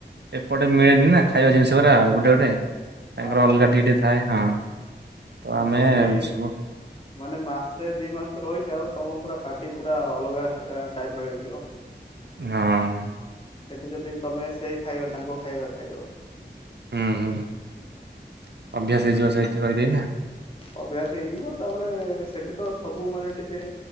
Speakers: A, on the right; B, on the left.
A: ଏପଟେ ମିଳେନି ନା ଖାଇବା ଜିନିଷ ଗୁରା ଗୋଟେ ଗୋଟେ ତାଙ୍କର
B: ହଁ।
A: ଅଲଗାଟିକେ ଟିକେ ଥାଏ। ହଁ ତ
B: କିନ୍ତୁ
A: ଆମେ
B: ସେଠି
A: ସବୁ
B: ମାନେ ମାସେ ଦି ମାସ ରହିଯାଓ ତମ ପୁରା ପାଟି ପୁରା ଅଲଗା ଟାଇପ ର ହେଇଯିବ।
A: ହଁ।
B: ସେଠି ଯଦି ତମେ ସେ ଖାଇବା ତାଙ୍କ ଖାଇବା ଖାଇବ।
A: <unintelligible>
B: ଅଭ୍ୟାସ ହେଇଯିବ ତାପରେ ସେଠି ତ ସବୁ ମାନେ ଟିକେ